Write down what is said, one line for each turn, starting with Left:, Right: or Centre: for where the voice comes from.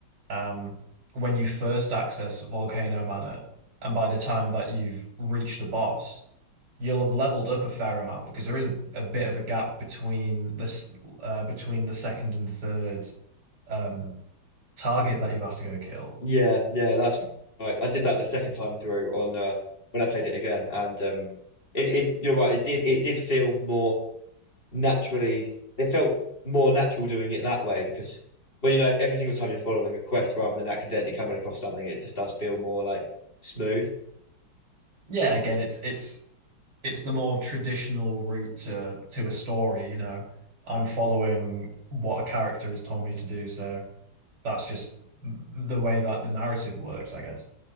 Right: um, when you first access Volcano Manor, and by the time that you've reached the boss, you'll have leveled up a fair amount because there is a, a bit of a gap between this uh, between the second and third um target that you have to go kill.
Left: Yeah, yeah, that's right. I did that the second time through on uh, when I played it again, and um, it, it you're right. It did it did feel more naturally it felt more natural doing it that way because well, you know, if every single time you're following a quest rather than accidentally coming across something, it just does feel more like smooth.
Right: Yeah, again, it's it's it's the more traditional route to to a story, you know. I'm following what a character has told me to do, so that's just the way that the narrative works, I guess.